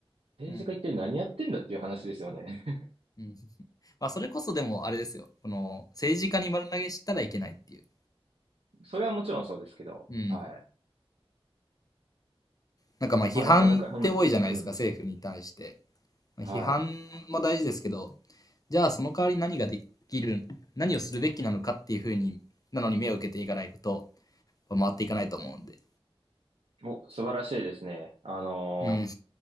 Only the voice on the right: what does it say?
政治家一体何やってんだっていう話ですよね。
<laughs> それはもちろんそうですけど、
はい。
まあなかなか、うん、うん、
はい。
お、素晴らしいですね。あのー、